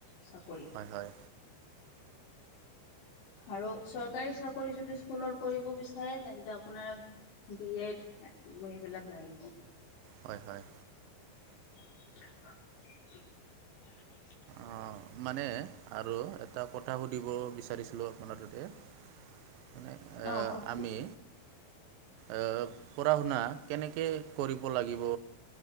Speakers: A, on the left; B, on the right.
A: চাকৰি।
B: হয় হয়
A: আৰু চৰকাৰী চা কৰি যদি স্কুলত কৰিব বিচাৰে তেন্তে আপোনাৰ বি এড সেইবিলাক লাগিব।
B: হয় হয়।
A: <inaudible>
B: অ'', মানে আৰু এটা কথা সুধিব বিচাৰিছিলোঁ আপোনাৰ তাতে মানে
A: অ', কওকচোন।
B: আমি এ, পঢ়া শুনা কেনেকে কৰিব লাগিব